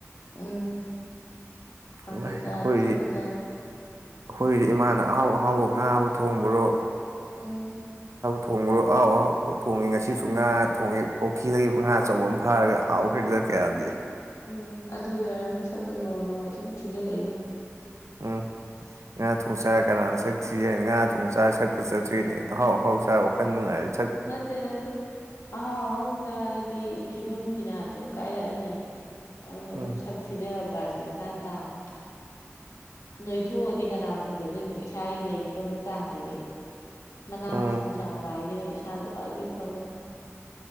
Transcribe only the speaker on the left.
ꯎꯝ ꯀꯥꯡꯁꯣꯏ
ꯆꯥꯔꯗꯤ ꯁꯛ
ꯐꯖꯔꯦ
ꯎꯝ
ꯎꯝ ꯑꯗꯨ ꯑꯣꯏꯔꯝꯅꯤ ꯁꯛꯇꯣ ꯅꯣꯡꯃ ꯅꯣꯡꯃꯒꯤ ꯁꯨꯝ ꯊꯤꯖꯤꯜꯂꯛꯏꯗꯨꯅꯤ
ꯅꯠꯇꯦ ꯅꯠꯇꯦ ꯑꯍꯥꯎ ꯑꯍꯥꯎꯆꯥꯔꯗꯤ ꯐꯤꯕꯝ ꯐꯤ ꯐꯤꯅꯥ ꯁꯨꯝ ꯀꯥꯏꯔꯛꯑꯅꯤ ꯑꯗꯨꯅ
ꯑꯗꯨꯝ ꯁꯛ ꯊꯤꯖꯔ ꯄꯥꯁꯦ ꯃꯁꯥꯅ ꯇꯥꯡꯕꯄꯦ ꯅꯣꯏꯊꯣꯛꯑꯗꯤ ꯀꯅꯥ ꯐꯖꯗꯣꯏꯅꯣ ꯏꯁꯥꯒꯤ ꯂꯩꯒꯗꯕ ꯆꯥꯡꯗꯒꯤ ꯃꯅꯥ
ꯃꯁꯤꯡ ꯆꯥꯕ ꯍꯥꯏꯁꯤꯅ ꯢꯁꯥ ꯁꯥꯗ ꯈ꯭ꯋꯥꯏꯗꯩ ꯐꯕꯅꯤ